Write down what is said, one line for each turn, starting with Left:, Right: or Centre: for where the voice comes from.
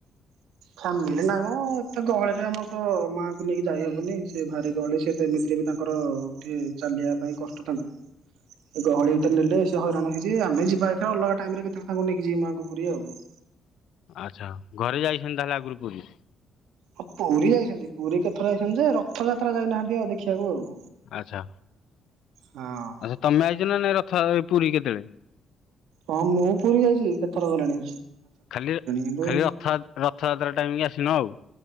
Right: ଫ୍ୟାମିଲି ନାଇଁ ମ ଏତେ ଗହଳିରେ ଆମର ତ ମାଙ୍କୁ ନେଇକି ଯାଇହବନି ସେ ଭାରି ଗହଳି ସେତ ଏମତିରେ ଟିଏ ତାଙ୍କର ଟିକେ ଚାଲିବା ପାଇଁ କଷ୍ଟ ତାଙ୍କୁ। ଗହଳି ଭିତରେ ନେଲେ ସେ ହଇରାଣ ହେଇଯ ଆମେ ଯିବା ଏରେ ଅଲଗା ଟାଇମ ରେ କେତେବେଳେ ତାଙ୍କୁ ନେଇକି ଯିବ ମାଙ୍କୁ ପୁରୀ ଆଉ ହ <inaudible>
Left: ଆଚ୍ଛା ହୋଉ ଘରେ ଯାଇଛନ୍ତି ତାହଲେ ଆଗରୁ ପୁରୀ
Right: ହଁ ପୁରୀ ଯାଇଚନ୍ତି ପୁରୀ କେଥର ଯାଇଚନ୍ତି ଯେ ରଥଯାତ୍ରା ଯାଇନାହାନ୍ତି ଆଉ ଦେଖିବାକୁ ଆଉ।
Left: ଆଛା
Right: ହଁ
Left: ଆଛା ତମେ ଆଇଚ ନାଇଁ ରଥ ଥାଏ ପୁରୀ କେଟେବେଳେ।
Right: ହଁ ମୁଁ ପୁରୀ ଯାଇଚି କେତ ଥର ଗଲିଣି।
Left: ଖାଲି
Right: କିନ୍ତୁ
Left: ଖାଲି ରଥଆ ରଥଯାତ୍ରା ଟାଇମ କି ଆସିନ ଆଉ।